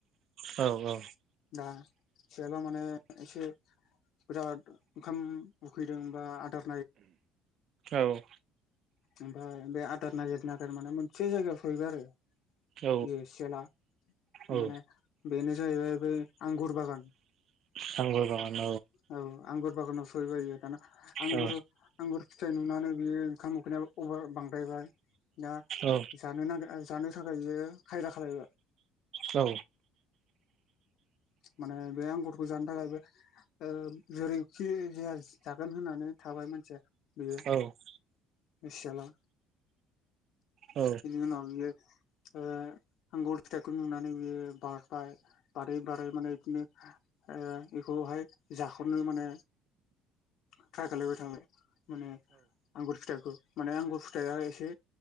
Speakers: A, on the right; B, on the left.
A: औ औ।
B: दा सेयाला माने एसे। बिराद ओंखाम उखैदों बा आदार
A: औ।
B: ओमफाय बे आदार नागिर नागिर माने मोनसे जायगायाव सहैबाय आरो।
A: औ
B: बे सेला
A: औ
B: माने बेनो जाहैबाय बे आंगुर बागान।
A: नंगौ बागान
B: औ आंगुर बागानाव सहैबाय बियो दाना आंगुर
A: औ
B: आंगुरफो फिथाइ नुनानै बेयो ओंखाम उखैनायाबो बांद्रायबाय दा
A: औ
B: जानो ना ओ जानो थाखाय बियो खायदा खालायबाय।
A: औ।
B: माने बे आंगुरखौ जानो थाखाय बे ओ जेरैखि जाया जागोन होननानै थाबाय मानसिया बियो
A: औ औ
B: सियाला।
A: औ
B: इदिनो उनाव बियो। ओ आंगुर फिथाइखौ नुनानै बेयो बारबाय बारै ओमफ्राय माने बिदिनो ओ बेखौहाय जाख'नो माने ट्राइ खालायबाय थाबाय माने आंगुर फिथाइखौ माने आंगुर फिथाइया एसे